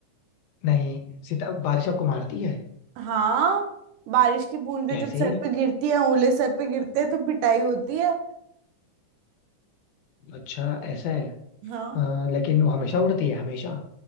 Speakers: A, on the left; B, on the right.
A: नहीं सिता बारिश आपको मारती है
B: हाँ बारिश की बूंदें
A: कैसे
B: जब सर पे गिरती है ओले सर पे गिरते हैं तो पिटाई होती है
A: अच्छा ऐसा है
B: हाँ
A: अ, लेकिन वो हमेशा उड़ती है हमेशा